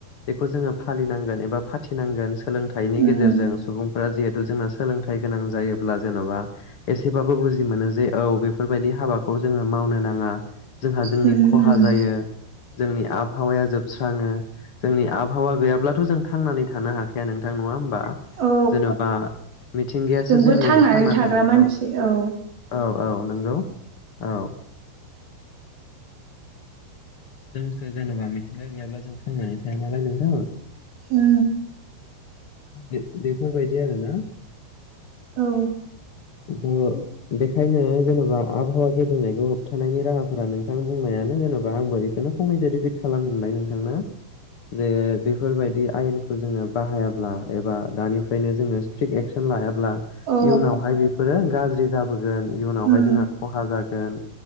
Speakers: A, on the left (about 70°); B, on the right (about 55°).
A: बेखौ जोङो फालिनांगोन एबा फाथिनांगोन सोलोंथाइनि
B: उम
A: गेजेरजों सुबुंफोरा जिहेथु जोंना सोलोंथाइ गोनां जा योब्ला जेन'बा एसेबाबो बुजि मोनो जे औ बेफोरबायदि हाबाखौ जोङो मावनो नाङा जोंहा जोंनि
B: उम
A: खहा
B: उम
A: जायो जोंनि आबहावाया जोबस्राङो जोंनि आबहावा गैयाब्लाथ' जों थांनानै थानो हाखाया नोंथां नङा होमबा
B: औ
A: जेन'बा मिथिंगायासो
B: जोंबो
A: जोंनि
B: थांनानै
A: थांना
B: थाग्रा
A: थानायखौ
B: मानसि औ
A: औ औ नंगौ औ जोंसो जेन'बा मिथिंगा गैयाब्ला जों थांनानै थाया नालाय नोंथां।
B: उ
A: बे-बेफोरबायदि आरोना
B: औ
A: ओ बेखायनो जेनेबा आबहावा गेबेनायखौ होबथानायनि राहाफोरा नोंथां बुं नायानो जेनेबा आंबो बेखौनो फंनैसो रिपिट खालामफिनबाय नोंथांनो जे बेफोरबायदि आयेनखौ जोङो बाहाया ब्ला एबा दानिफ्रायनो जोङो स्ट्रिकट एक्सन लायाब्ला
B: औ
A: इयुनावहाय बेफोरो गाज्रि जाबो गोन इउनाहाय
B: उम
A: जोंहा खहा जागोन